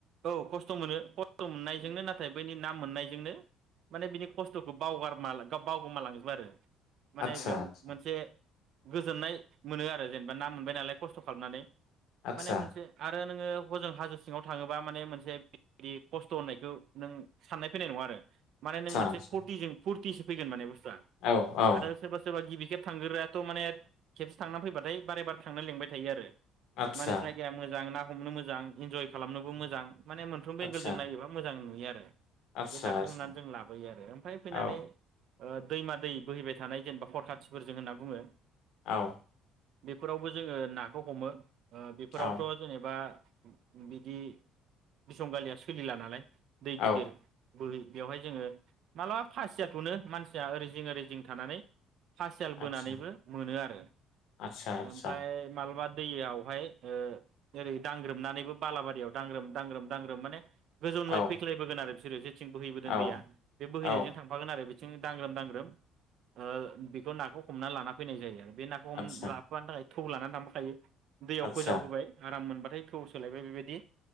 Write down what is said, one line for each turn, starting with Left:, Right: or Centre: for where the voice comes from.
Right: औ खस्थ' मोनो खस्थ' मोननायजोंनो नाथाय बैनि ना मोननायजोंनो माने बिनि खस्थ'खौ बावगार बावगोमालांजोबबो आरो माने
Left: आदसा
Right: बेयाव
Left: आदसा
Right: मोनसे गोजोननाय मोनो आरो जेनेबा ना मोनबाय नालाय खस्थ' खालामनानै।
Left: आदसा
Right: माने मोनसे आ आरो नोङो हजों हाजो सिङाव थाङोबा माने मोनसेदि खस्थ' होननायखौ नों साननाय फैनाय नङा आरो। माने नों मोनसे
Left: आदसा
Right: फटिजों फुरटिसिम फैगोन माने बुस थुवा
Left: औ औ
Right: आरो सोरबा सोरबा गिबि खेब थांग्रोयाथ' माने खेबसे थांनानै फैबाथाय बारे बार थांनो लेंंबाय थायो आरो।
Left: आदसा
Right: माने जायगाया मोजां ना हमनो मोजां इन्जय खालामनोबो मोजां जां माने मोनफ्रोमबो
Left: आदसा
Right: एंगेलजों नायोबा मोजां। नुयो आरो
Left: आदसा
Right: बे नाखौ
Left: आदसा
Right: हमनानै जों लाबोयो आरो ओमफ्राय फैनानै
Left: औ
Right: ओ दैमा दै बोहैबाय थानाय जेनेबा फरखाथिफोरजों होनना बुङो।
Left: औ
Right: बेफोरावबो जोङो नाखौ हमो। ओ बेफोरावथ'
Left: औ
Right: जेनेबा। बिदि बिसं गालिया सोलिला नालाय दै
Left: औ
Right: गिदिर बोहै बेवहाय जोङो मालाबा फासिया थ'नो मानसिया ओरै जिं ओरै जिं थानानै फासियाल बोनानैबो
Left: आदसा
Right: मोनो आरो
Left: आदसा आदसा
Right: ओमफाय मालाबा दैयावहाय ओ ओरै दांग्रोमनानैबो बालाबारियाव दांग्रोम दांग्रोम दांग्रोम माने गोजौनि
Left: औ
Right: फ्राय फैख्लायबोगोन आरो <unintelligible> सिम बोहैबोदों
Left: औ
Right: दैया बे बोहैनायजों
Left: औ
Right: थांफागोन आरो बि थिं दांग्रोम दांग्रोम ओ बेखौ नाखौ हमना लाना फैनाय जायो आरो। बे नाखौ हम
Left: आदसा
Right: लाबोफानो थाखाय थौ लानानै थांफा खायो दैयाव
Left: आदसा
Right: फोजाव होबाय आराम मोनबा फ्राय थौ सोलायबाय बेबायदि